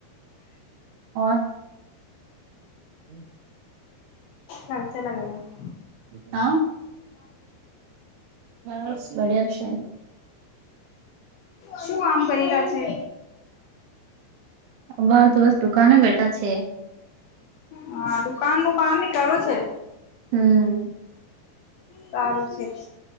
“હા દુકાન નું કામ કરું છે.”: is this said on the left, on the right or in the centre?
Left